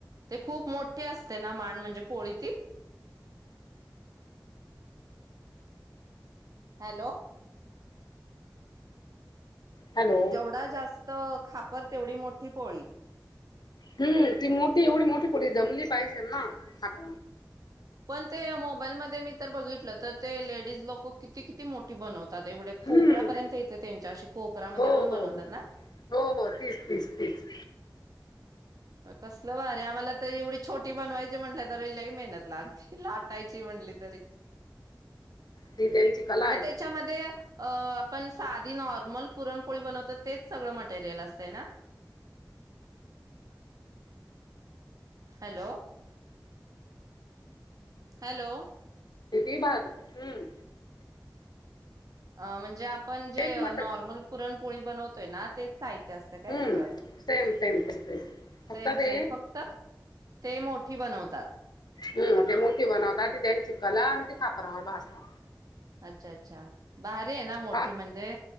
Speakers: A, on the right (about 50°); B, on the left (about 65°).
A: ते खूप मोठे असते ना माांड म्हणजे पोळी ती हॅलो.
B: हॅलो.
A: जेवढा जास्त खाप पर तेवढी मोठी पोळी.
B: हम्म ती मोठी एवढी मोठी पुडी जमली पाहिजे ना हात.
A: पण ते मोबाईल मध्ये मी तर बघितल त. तर ते लेडीज लोक किती किती मोठी बनवतात एवढे खोपरा
B: हं.
A: पर्यंत येते त्यांच्या अशी खोपरामध्ये
B: हो,
A: पण
B: हो,
A: बनवतात
B: हो.
A: ना
B: हो, हो. तीच, तीच, तीच.
A: कसल भारी आम्हाला तर एवढी छोटी बनवायची म्हंटलं तर लई मे. मत लात लाटायची म्हटली तरी.
B: ती त्यांची कला आहे.
A: म त्याच्यामध्ये. अ आपण साधी नॉर्मल पुरणपोळी बनवत तेच सगळं मटेरियल असते ना. हॅलो! हॅलो!
B: किती बाग हम्म.
A: अ म्हणजे आप. पण जे
B: तेच
A: अ
B: मटर
A: नॉर्मल पुरणपोळी बनवतोय ना तेच साहित्य असत काय
B: हं.
A: सगळं
B: सेम, सेम. तेच, तेच. फक्त
A: सेम
B: ते
A: सेम फक्त ते मोठी बनवतात.
B: हम्म ते मोठी बनवताात ती त्यांची कला आणि ते खापरावर भाजता.
A: अच्छा अच्छा बारी आहे ना मोठी
B: फार
A: म्हणजे